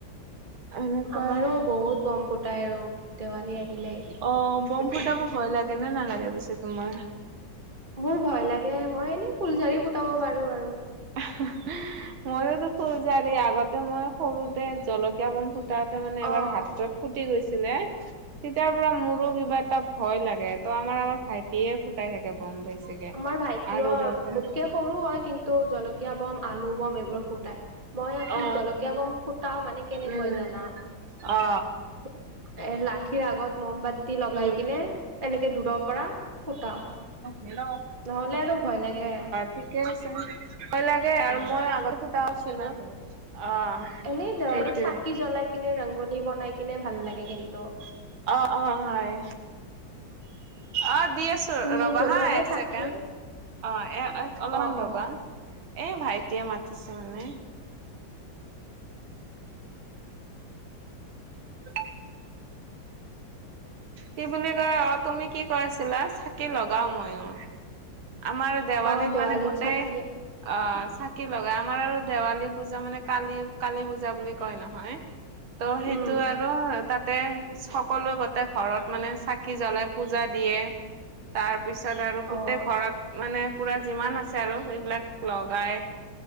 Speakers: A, on the right; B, on the right.
A: এনেকুৱাই
B: আমাৰো বহুত বম ফুটাই আৰু দেৱালী আহিলেই।
A: অ বম ফুটাব ভয় লাগে নে নালাগে পিছে তোমাৰ?
B: মোৰ ভয় লাগে। মই এনে ফুলজাৰি ফুটাব পাৰো আৰু।
A: <unintelligible> মইওটো ফুলজাৰি আগতে মই সৰুতে জলকীয়া বম ফু টাওতে মানে এবাৰ
B: অ'।
A: হাতত ফুটি গৈছিলে। তেতিয়াৰ পৰা মোৰো কিবা এটা ভয় লাগে। ত' আমাৰ আমাৰ ভাইটিয়ে ফুটাই থাকে বম বেছিকে।
B: আমাৰ ভাইটিও,
A: আৰু দেউতা
B: মোতকে সৰু হয় কিন্তু জলকীয়া বম, আলু বম এইবোৰ ফুটায়। মই আকৌ
A: অ
B: জলকীয়া বম ফুটাও মানে কেনেকৈ
A: উম
B: জানা?
A: অ
B: এ লাঠিৰ আগত মমবাত্তি লগাই
A: উম
B: কিনে এনেকে দূৰৰ পৰা ফুটাও।
A: হেল্ল।
B: নহ'লে আৰু ভয় লাগে।
A: ঠিকে আছে। ভয় লাগে আৰু
B: অ'।
A: মই আগত ফুতা আছিলো, অ।
B: এনেই দেৱালীত
A: সেইটোৱে
B: চাকি জ্বলাই কিনে ৰংগলী বনাই কিনে ভাল লাগে কিন্তু।
A: অ, অ হয়। অ, দি আছ
B: তুমি
A: ৰ'বা
B: জ্বলোৱা
A: হা
B: নে
A: এক
B: চাকি?
A: ছেকেণ্ড। অ এ অলপমান
B: অ',
A: ৰ'বা।
B: অ',
A: এ ভাইটিয়ে মাতিছে মানে। <inaudible> কি বুলি কয়, অ তুমি কি কৈ আছিলা? চাকি লগাও মইও। আমাৰ দেৱালীত
B: অ',
A: মানে গোটেই
B: চাকি
A: অ চাকি লগায়। আমাৰ আৰু দেৱালী পূজা মানে কালী, কালী পূজা বুলি কয় নহয়। ত' সেইটো
B: উম,
A: আৰু তাত তে সকলোৱে গটে ঘৰত মানে চাকি জ্বলাই পূজা দিয়ে। তাৰ পিছত আৰু গোটেই
B: অ',
A: ঘৰত মানে পুৰা যিমান আছে আৰু এইবিলাক লগায়।